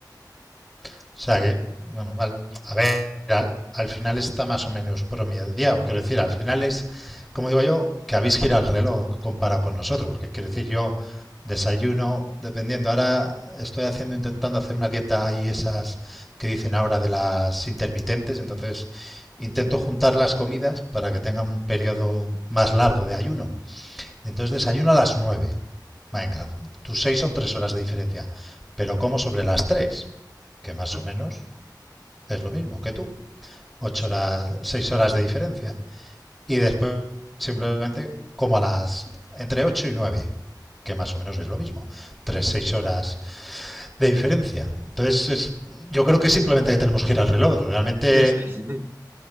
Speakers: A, in the centre; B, on the right (about 30°).
A: O sea que, bueno, vale. A ver, al, al final está más o menos promediado. Quiero decir, al final es, como digo yo, que habéis girado el reloj comparado con nosotros, porque quiero decir, yo desayuno, dependiendo. Ahora estoy haciendo, intentando hacer una dieta ahí, esas que dicen ahora de las intermitentes. Entonces, intento juntar las comidas para que tengan un periodo más largo de ayuno. Entonces desayuno a las nueve, Venga, tus 6 son 3 horas de diferencia, pero como sobre las 3, que más
B: Ah,
A: o menos es lo mismo que tú. ocho
B: sí,
A: horas, seis horas de diferencia. Y después simplemente como a las entre 8 y 9, que más o menos es lo mismo. tres seis horas de diferencia. Entonces es, yo creo que simplemente tenemos que ir al reloj. Realmente
B: sí, No, sí. <laughs>